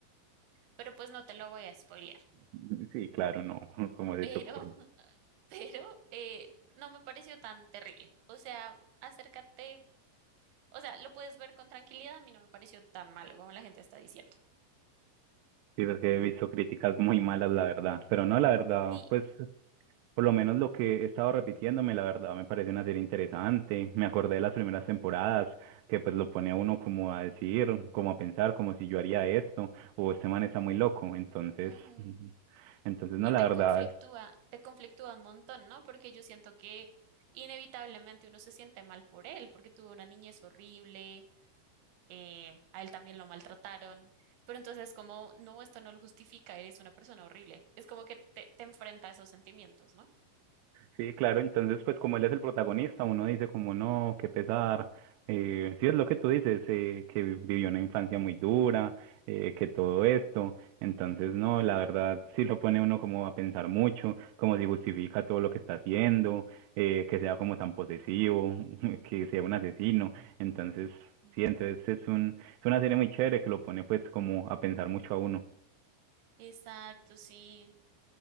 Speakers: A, on the right (about 70°); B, on the right (about 85°).
A: pero pues no te lo voy a spoilear.
B: <laughs> sí, claro, no, <laughs> como se
A: Pero,
B: te ocurre.
A: <laughs> pero eh, no me pareció tan terrible. O sea, acércate. O sea, lo puedes ver con tranquilidad. A mí no me pareció tan malo como la gente está diciendo.
B: Sí, porque he visto críticas muy malas, la verdad. Pero no, la verdad,
A: Sí.
B: pues por lo menos lo que he estado repitiéndome, la verdad, me parece una serie interesante. Me acordé de las primeras temporadas, que pues lo pone a uno como a decir, como a pensar, como si yo haría esto, o este man está muy loco. Entonces,
A: Ujú.
B: <laughs> entonces no,
A: Y
B: la
A: te
B: verdad.
A: conflictúa, te conflictúa un montón, ¿no? Porque yo siento que inevitablemente uno se siente mal por él, porque tuvo una niñez horrible, eh, a él también lo maltrataron, pero entonces como, no, esto no lo justifica, eres una persona horrible. Es como que te, te enfrenta a esos sentimientos, ¿no?
B: Sí, claro, entonces pues como él es el protagonista, uno dice como no, qué pesar. Eh, sí es lo que tú dices, eh, que vivió una infancia muy dura, eh, que todo esto. Entonces no, la verdad sí lo pone uno como a pensar mucho, como si justifica todo lo que está haciendo, eh, que sea como tan posesivo, <laughs> que sea un asesino. Entonces
A: Ujú.
B: sí, entonces es un, es una serie muy chévere que lo pone pues como a pensar mucho a uno.
A: Exacto, sí.